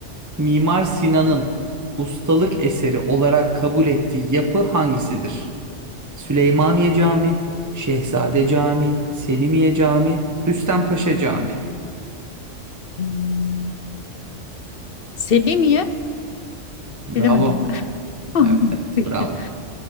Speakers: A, on the right (about 15°); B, on the left (about 55°).
A: Mimar Sinan'ın ustalık eseri olarak kabul ettiği yapı hangisidir? Süleymaniye Camii, Şehzade Camii, Selimiye Camii, Rüstempaşa Camii.
B: Hmm, Selimiye
A: Bravo.
B: bilemedim. <laughs>
A: Evet evet
B: <laughs> Peki.
A: bravo.